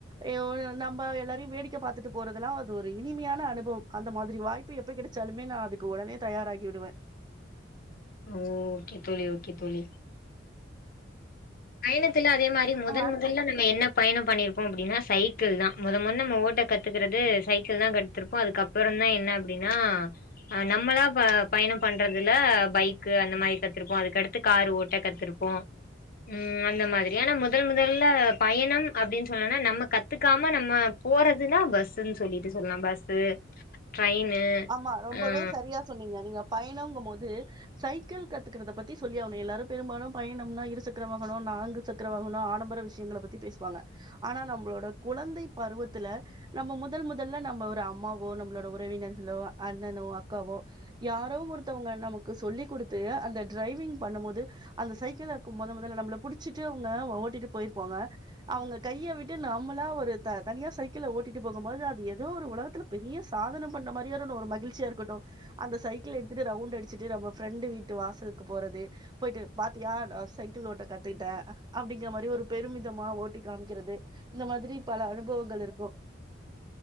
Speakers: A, on the right (about 20°); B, on the left (about 50°).
A: ஐயோ நம்ம எல்லாரையு வேடிக்கை பாத்துட்டு போறதெல்லா அது ஒரு இனிமையான அனுபவம் அந்த மாதிரி வாய்ப் ப்பு எப்ப கெடைச்சாலுமே நா அதுக்கு உடனே தயாராகி விடுவே
B: ஓ ஓகே தோழி ஓகே தோழி பயணத்துல அதே மாரி
A: அடுத்
B: முதன் முதல்ல நம்ம என்ன பயணம் பண்ணியிருப்போம அப்டினா சைக்கிள் தா மொதமொத நம்ம ஓட்ட கத்துக்கிறது சைக்கிள் தா கத்திருப்போ அதுக்கப் ப்புறந்தா என்ன அப்டின்னா அ நம்மளா ப பயணம் பண்றதுல பைக்கு அந்த மாரி கத்திருப்போ அதுக்கடுத்து காரு ஓட்ட கத்திருப்போ ம் அந்த மாதிரி ஏன்னா மொதல் மொதல்ல பயணம் அப்டின்னு சொல்லணும்னா நம்ம கத்துக்காம நம்ம போறதுன்னா பஸ்ன்னு சொல்லிட்டு சொல்லலாம் பஸ்ஸு ட்ரெயினு
A: ஆமா ரொம்பவே
B: அ
A: சரியா சொன்னீங்க நீங்க பயணங்கும் போது சைக்கிள் கத்துகறத பத்தி சொல்லி ஆவுனும எல்லாரும் பெரும்பாலும் பயணம்னா இரு சக்கர வாகனோ நான்கு சக் <unintelligible> ஆடம்பர விஷயங்கள பத்தி பேசுவாங்க ஆனா நம்மளோட குழந்தை பருவத்துல நம்ம முதல் முதல்ல நம்ம ஒரு அம்மாவோ நம்ளோட உறவினர்களோ அண்ணனோ அக்காவோ யாரோ ஒருத்தவங்க நமக்கு சொல்லி் குடுத்து அந்த டிரரைவிங் பண்ணும் போது அந்த சைக்கிள் <unintelligible> மொத முதல்ல நம்மள புடிச்சிட்டு அவுங்க ஓட்டிட்டு போய்ருப்போங்க அவுங்க கையை விட்டு நம்மளா ஒரு தனியா சைக்கில ஓட்டிட்டு போகும் போது அது ஏதோ ஒரு ஒலகத்துல பெரிய சாதனம் பண்ண மாரியே ஒ ஒரு மகிழ்ச்சியா இருக்கட்டு அந்த சைக்கிள் எடுத்துட்டு ரவுண்ட் அடிச்சுட்டு நம்ம ஃப்ரெண்டு வீட்டு வாசலுக்கு போறது பொய்ட்டு பாத்தியா நா சைக்கிள் ஓட்ட கத்துகிட்டே அப்டிங்கிற மாரி ஒரு பெருமிதமா ஓட்டி காமிக்கிறது இந்த மாரி பல அனுபவங்கள் இருக்கு